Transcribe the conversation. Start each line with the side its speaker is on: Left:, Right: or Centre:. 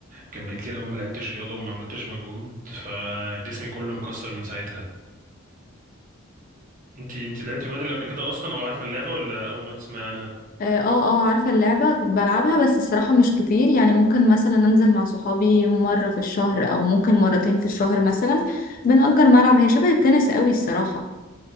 Right: كان بقالي كتير قوي ما لعبتش رياضه وما عملتش مجهود فجسمي كله مكسر من ساعتها انتي انتي لعبتي بدل قبل كده اصلا او عارفه اللعبه ولا اول مره تسمعي عنها
Left: اه اه آه، عارفة اللعبة كنت بلعبها بس الصراحة مش كتير يعني ممكن مثلا انزل مع صحابي مرة في الشهر او ممكن مرتين في الشهر مثلا بنأجر ملعب هي شبه التنس قوي الصراحة